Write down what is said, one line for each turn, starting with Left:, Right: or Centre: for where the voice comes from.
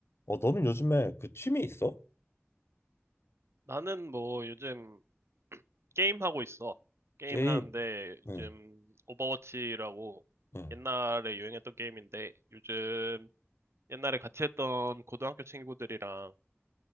Left: 어, 너는 요즘에 그 취미 있어?
Right: 나는 뭐 요즘 게임 하고 있어. 게임
Left: 게임.
Right: 하는데 요즘
Left: 응,
Right: 오버워치라고
Left: 응.
Right: 옛날에 유행했던 게임인데 요즘 옛날에 같이 했던 고등학교 친구들이랑